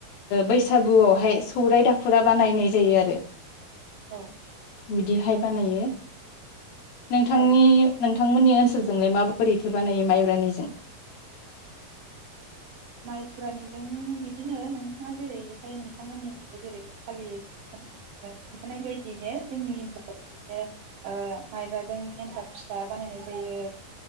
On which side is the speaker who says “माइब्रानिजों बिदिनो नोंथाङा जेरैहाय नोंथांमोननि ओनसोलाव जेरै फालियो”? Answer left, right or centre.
Right